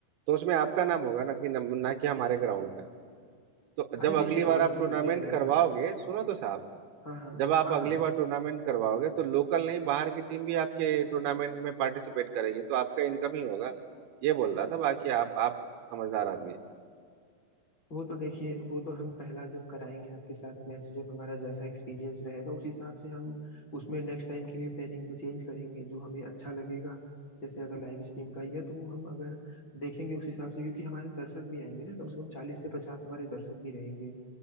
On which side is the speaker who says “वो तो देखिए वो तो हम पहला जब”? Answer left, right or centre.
Left